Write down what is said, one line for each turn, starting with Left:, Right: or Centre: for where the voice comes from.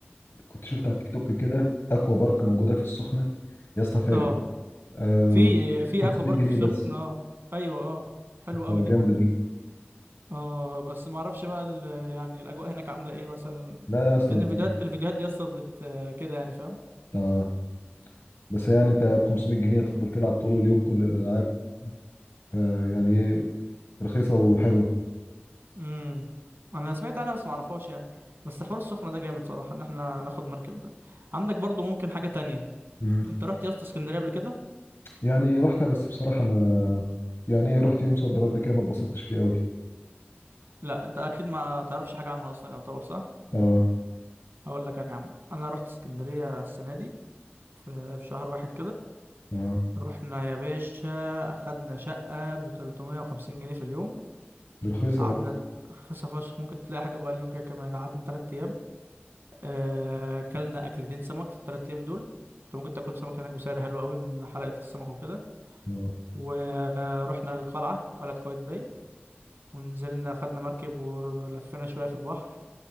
Left: كنت شفت على التيك توك كده اكوا بارك موجوده في السخنه يا اسطى فاجر
Right: اه
Left: آه
Right: في في
Left: 500
Right: اكوا بارك
Left: جنيه
Right: في السخنة
Left: بس
Right: اه ايوه اه حلو
Left: فجامده
Right: قوي دي برضو
Left: دي
Right: اه بس ما اعرفش بقى ال... يعني الاجواء هناك عاملة ايه مثلا
Left: لا يا اسطى
Right: لان
Left: انت
Right: الفيديوهات الفيديوهات دي يا اسطى بت كده يعني فاهم
Left: اه بس يعني انت ب 500 جنيه هتفضل تلعب طول اليوم كل الالعاب آه، يعني ايه رخيصه وحلوه
Right: امم انا سمعت عنها بس ما اعرفهاش يعني بس حوار السخنه ده جامد صراحه ان احنا ناخد مركب ده عندك برضو ممكن حاجه تانية
Left: مم.
Right: انت رحت يا اسطى اسكندريه قبل كده
Left: يعني رحتها بس بصراحه ما يعني ايه رحت يوم صد رد كده ما اتبسطتش فيه قوي
Right: لا انت اكيد ما تعرفش حاجه عنها اصلا يعتبر صح
Left: اه
Right: هقول لك انا يا عم انا رحت اسكندريه السنه دي في في شهر واحد كده
Left: اه
Right: رحنا يا باشا اخدنا شقه ب 350 جنيه في اليوم
Left: دي رخيصه
Right: قعدنا
Left: قوي
Right: رخيصة فشخ ممكن تلاقي حاجة بأقل من كده كمان قعدنا تلات أيام آه، أكلنا أكلتين سمك في التلات أيام دول أنت ممكن تاكل سمك هناك بسعر حلو قوي من حلقة السمك وكده
Left: اه
Right: ورحنا القلعة قلعة قايتباي ونزلنا خدنا مركب ولفينا شوية في البحر